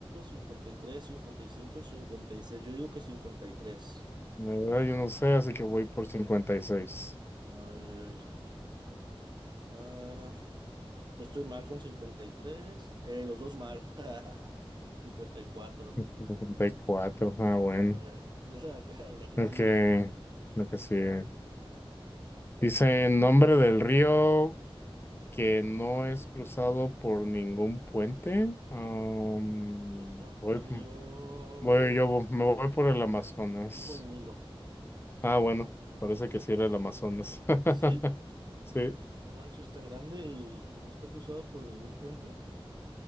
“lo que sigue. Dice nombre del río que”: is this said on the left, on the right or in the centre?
Left